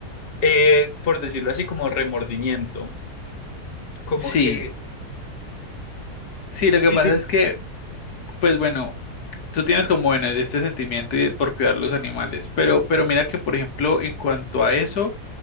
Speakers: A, on the left (about 40°); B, on the left (about 75°).
A: eh, por decirlo así, como remordimiento. Como
B: sí,
A: que
B: sí, lo
A: sí,
B: que pasa
A: di-
B: es que, pues bueno. Tú tienes como bueno este sentimiento de- por cuidar los animales, pero, pero mira que, por ejemplo, en cuanto a eso,